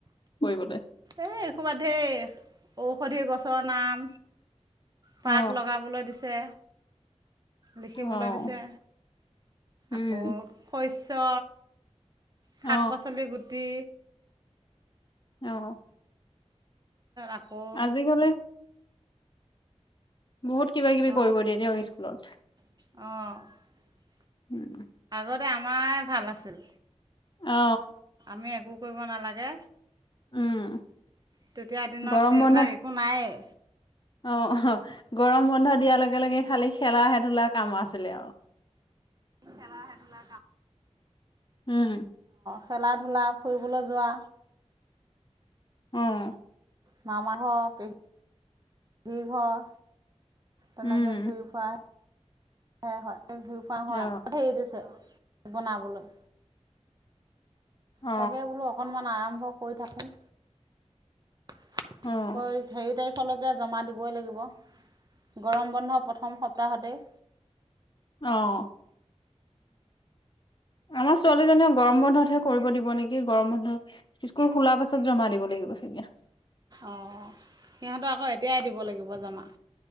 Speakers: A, on the left; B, on the right.
A: কৰিবলৈ?
B: এ কবাত হে ঔষধি গছৰ নাম পাত
A: অ
B: লগাবলৈ দিছে। লিখিবলৈ
A: অ
B: দিছে।
A: উম
B: আকৌ শইচ ছ শাক
A: অ
B: পাচলি গুটি
A: অঁ
B: আকৌ
A: আজিকালি বহুত কিবা কিবি
B: অঁ
A: কৰিব দিয়ে দিয়ক স্কুলত।
B: <inaudible>
A: <unintelligible>
B: আগতে আমাৰ ভাল আছিল।
A: অ
B: আমি একো কৰিব নালাগে।
A: উম
B: তেতিয়া দিনত,
A: গৰম
B: এইবিলাক
A: বন্ধ
B: একো নায়েই
A: অ', অ'। গৰম-বন্ধ দিয়াৰ লগে লগে, খালি খেলাহে-ধূলা কাম আছিলে, আৰু
B: খেলাহে-ধূলা কাম
A: উম।
B: খেলা-ধূলা, ফুৰিবলৈ যোৱা
A: অ'।
B: মামা ঘ', পেহ হি ঘৰ, তেনেকে
A: উম
B: ঘূৰি-ফুৰা হে হয় <unintelligible> হোৱা
A: অ
B: <unintelligible> বনাবলৈ
A: অ
B: তাকে বোলো, অকণমান আৰাম মই কৈ থাকোঁ কৰি-সেৰি,
A: অ
B: তাৰিখ খলৈকেই জমা দিবই লাগিব, গৰম-বন্ধৰ প্ৰথম সপ্তাহতেই
A: অ'। আমাৰ ছোৱালীজনীয়ে, গৰম-বন্ধতহে কৰিব দিব নেকি? গৰম-বন্ধ স্কুল খোলাৰ পাছত, জমা দিব লাগিব, চাগে
B: অঁ, সিহঁতৰ আকৌ এতিয়াই দিব লাগিব, জমা